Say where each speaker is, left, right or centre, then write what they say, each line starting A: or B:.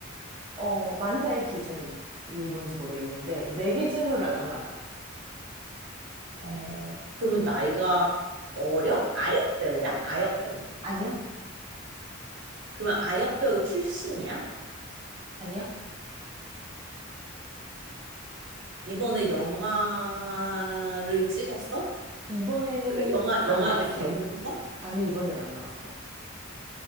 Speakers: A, on the right; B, on the right.
A: 어, 많다의 기준이 뭔지 모르겠는데, 내 기준으로는 안 많아.
B: 어, 그러면 나이가 어려? 아역 배우야? 아역 배우.
A: 아니요?
B: 그러면 아역 배우 출신이야?
A: 아니요?
B: 이번에 영화를 찍었어?
A: 이번에는
B: 그러니까 영화,
A: 안
B: 영화를
A: 나왔어.
B: 개봉했어?
A: 아니, 이번엔 안 나왔어.